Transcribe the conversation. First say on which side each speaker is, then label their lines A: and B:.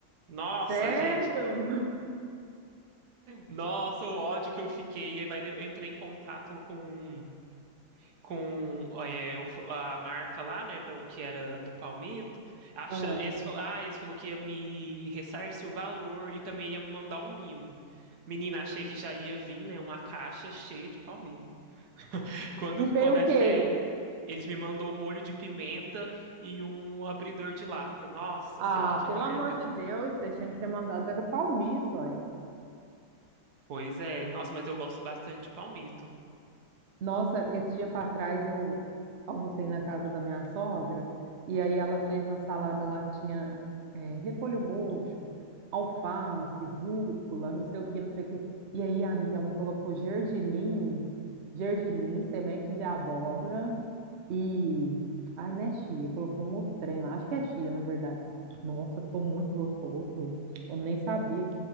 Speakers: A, on the right; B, on the right.
A: Nossa,
B: Sério?
A: gente. Nossa, o ódio que eu fiquei. Aí vai, eu entrei em contato com com é, o- a marca lá, né, do- que era do Palmito, acha,
B: Ah.
A: esse, falou- ah, esse falou que ia me ressarcir o valor e também ia me mandar um mimo. Menina, achei que já ia vir, né, uma caixa cheia de palmito. <laughs> Quando,
B: E veio
A: quando
B: o
A: é
B: quê?
A: fé, eles me mandou um molho de pimenta e um abridor de lata. Nossa
B: Ah,
A: senhora, que
B: pelo
A: raiva.
B: amor de Deus, eu tinha que ter mandado era o palmito, ó.
A: Pois é, nossa, mas eu gosto bastante de palmito.
B: Nossa, esse dia para trás eu almocei na casa da minha sogra e aí ela fez uma salada lá que tinha é, repolho roxo, alface, rúcula, não sei o que, não sei o que. E aí, amiga, ela colocou gergelim, gergelim, semente de abóbora e... Ai, não é chia, colocou um outro trem lá, acho que é chia, na verdade. Nossa, ficou muito gostoso. Eu nem sabia